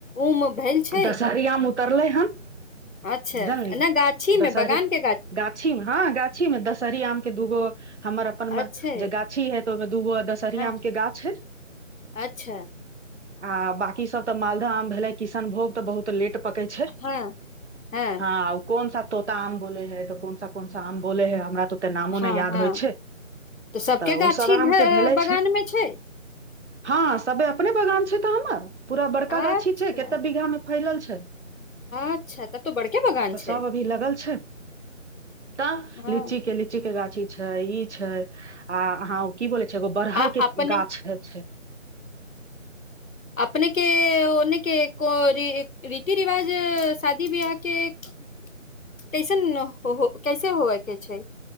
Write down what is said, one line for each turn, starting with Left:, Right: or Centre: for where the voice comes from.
Left: उम भेल छै
Right: दशहरी आम ऊ तर ले हन।
Left: अच्छा
Right: जानली
Left: नहि गाछीमे
Right: दशहरी
Left: बगानके
Right: गाछीमे हँ गाछीमे दशहरी आमके दूगो हमर अपनमे
Left: अच्छे
Right: जे गाछी है तऽ ओहिमे दूगो दशहरी
Left: हँ
Right: आमके गाछ हइ।
Left: अच्छा
Right: आ बाकी सब तऽ मालदह आम भेलै। किशनभोग तऽ बहुत लेट पतै छै
Left: हँ हँ
Right: ह कोन सा तोता आम बोलय रहै त कोनसा कोनसा आम बोले है हमरा तऽ ओते नामो
Left: हँ
Right: नहि याद
Left: -हँ
Right: होइ छै
Left: तऽ सभके
Right: ओ
Left: गाछी
Right: सब आम
Left: भ
Right: के भेले
Left: बगानमे छै।
Right: हँ सभे अपने बगान छै तऽ हमर। पूरा बड़का
Left: अच्छा
Right: गाछी छै केत फैलल छै।
Left: अच्छा तब तो बड़के बगान
Right: तऽ
Left: छै
Right: सब अभी लगल छै तऽ
Left: हँ
Right: लीची के लीची के गाछी। छअ ई छै आ अहाँ ओ की बोलै छै एगो बड़हर
Left: आ
Right: के
Left: अपने-
Right: गाछ है छै
Left: अपने के ओने। के को रीति रिवाज शादी बवाह के कैसन हो कैसे होवय के छै।